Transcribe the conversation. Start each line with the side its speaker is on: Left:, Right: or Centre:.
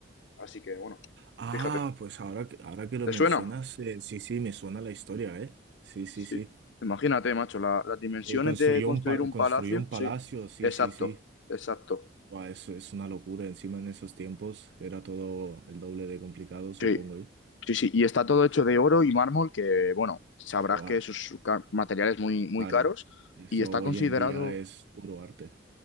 Left: Así que bueno,
Right: Ah,
Left: fíjate.
Right: pues ahora, que- ahora que lo
Left: ¿Te
Right: mencionas,
Left: suena?
Right: eh, sí, sí, me suena la historia, ¿eh? Sí, sí,
Left: Sí.
Right: sí.
Left: Imagínate, macho, la- las dimensiones
Right: Eh, construyó
Left: de construir
Right: un, pa-
Left: un
Right: construyó
Left: palacio.
Right: un
Left: Sí,
Right: palacio, sí,
Left: exacto,
Right: sí, sí.
Left: exacto.
Right: Buah, eso es una locura. Encima en esos tiempos era todo el doble de complicado, supongo
Left: Sí,
Right: yo.
Left: sí, sí. Y está todo hecho de oro y mármol, que bueno, sabrás
Right: Buah,
Left: que esos ca- materiales muy, muy
Right: claro.
Left: caros
Right: Eso
Left: y está
Right: hoy
Left: considerado...
Right: en día es puro arte.